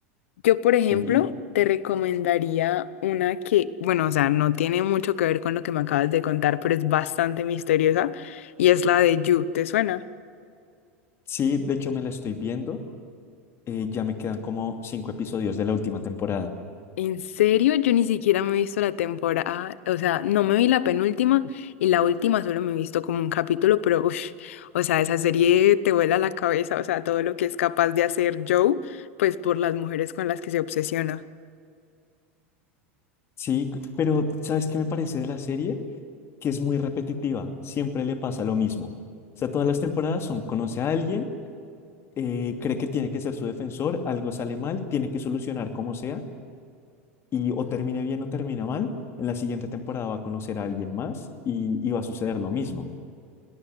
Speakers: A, on the left (about 80°); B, on the left (about 35°).
A: Yo, por ejemplo,
B: sí, y
A: te recomendaría una que, bueno, o sea, no tiene mucho que ver con lo que me acabas de contar, pero es bastante misteriosa y es la de You, ¿te suena?
B: sí, de hecho me la estoy viendo, eh, ya me quedan como cinco episodios de la última temporada.
A: En serio, yo ni siquiera me he visto la temporada, o sea, no me vi la penúltima y la última solo me he visto como un capítulo, pero uff, o sea, esa serie te vuela la cabeza, o sea, todo lo que es capaz de hacer Joe, pues por las mujeres con las que se obsesiona.
B: Sí, c- pero ¿sabes qué me parece de la serie? que es muy repetitiva, siempre le pasa lo mismo. O sea, todas las temporadas son, conoce a alguien, eh, cree que tiene que ser su defensor, algo sale mal, tiene que solucionar como sea, y o termine bien o termina mal, en la siguiente temporada va a conocer a alguien más y, y va a suceder lo mismo.